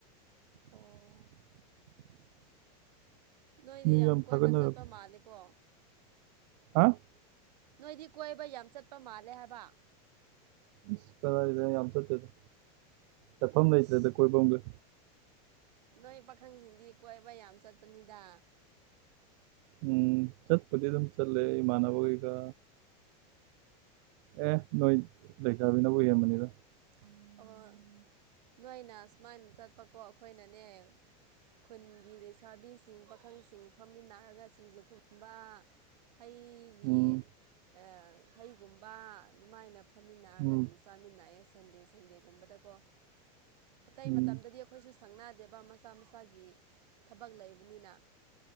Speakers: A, on the right (about 80°); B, on the right (about 55°).
A: ꯑꯣ ꯅꯣꯏꯗꯤ
B: ꯃꯤ
A: ꯌꯥꯝ ꯀꯣꯏꯕ
B: ꯊꯥꯒꯠꯅꯔꯕ
A: ꯆꯠꯄ ꯃꯥꯜꯂꯦꯀꯣ
B: ꯍꯥ
A: ꯅꯣꯏꯗꯤ ꯀꯣꯏꯕ ꯌꯥꯝ ꯆꯠꯄ ꯃꯥꯜꯂꯦ ꯍꯥꯏꯕ
B: ꯏ꯭ꯁ ꯀꯗꯥꯏꯗ ꯌꯥꯝ ꯆꯠꯇꯦꯗ ꯆꯠꯐꯝ ꯂꯩꯇ꯭ꯔꯦꯗ
A: ꯏꯁ
B: ꯀꯣꯏꯕꯝꯒ꯫
A: ꯅꯣꯏ ꯄꯥꯈꯪꯁꯤꯡꯗꯤ ꯀꯣꯏꯕ ꯌꯥꯝ ꯆꯠꯄꯅꯤꯗ꯫
B: ꯎꯝ ꯆꯠꯄꯨꯗꯤ ꯑꯗꯨꯝ ꯆꯠꯂꯦ ꯏꯃꯥꯟꯅꯕ ꯒꯩꯒ꯫ ꯑꯦ ꯅꯣꯏ ꯂꯩꯁꯥꯕꯤꯅꯕꯨ ꯍꯦꯟꯕꯅꯤꯗ꯫
A: ꯑꯣ ꯅꯣꯏꯅ ꯁꯨꯃꯥꯏꯟ ꯆꯠꯄꯀꯣ ꯑꯈꯣꯏꯅꯅꯦ ꯈꯨꯟꯒꯤ ꯂꯩꯁꯥꯕꯤꯁꯤꯡ ꯄꯥꯈꯪꯁꯤꯡ ꯐꯝꯃꯤꯟꯅꯔꯒ ꯁꯤꯡꯖꯨꯒꯨꯝꯕ ꯍꯩꯒꯤ
B: ꯎꯝ
A: ꯑ ꯍꯩꯒꯨꯝꯕ ꯑꯗꯨꯃꯥꯏꯅ ꯐꯝꯃꯤꯟꯅꯔꯒ
B: ꯎꯝ
A: ꯑꯗꯨꯝ ꯆꯥ ꯆꯥꯃꯤꯟꯅꯌꯦ ꯁꯟꯗꯦ ꯁꯟꯗꯦꯒꯨꯝꯕꯗꯀꯣ ꯑꯇꯩ
B: ꯎꯝ
A: ꯃꯇꯝꯗꯗꯤ ꯈꯣꯏꯁꯨ ꯁꯪꯅꯥꯗꯦꯕ ꯃꯁꯥ ꯃꯁꯥꯒꯤ ꯊꯕꯛ ꯂꯩꯕꯅꯤꯅ